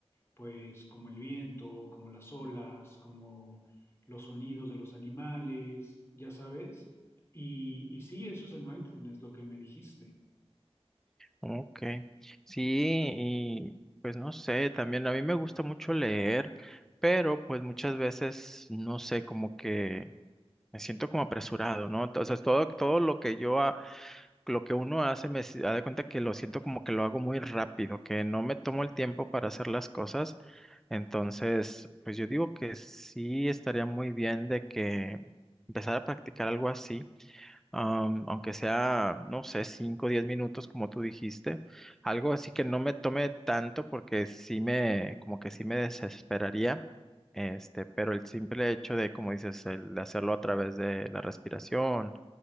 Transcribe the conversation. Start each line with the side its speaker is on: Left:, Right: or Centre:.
Left: pues como el viento, como las olas, como los sonidos de los animales, ya sabes. Y, y sí, eso es el mindfulness, lo que me dijiste.
Centre: ok. Sí, y pues no sé, también a mí me gusta mucho leer, pero pues muchas veces, no sé, como que me siento como apresurado, ¿no? Entonces, todo, todo lo que yo lo que uno hace me si- da de cuenta que lo siento como que lo hago muy rápido, que no me tomo el tiempo para hacer las cosas. Entonces, pues yo digo que sí estaría muy bien de que empezar a practicar algo así, am, aunque sea, no sé, cinco o diez minutos, como tú dijiste, algo así que no me tome tanto porque sí me, como que sí me desesperaría. Este, pero el simple hecho de, como dices, el hacerlo a través de la respiración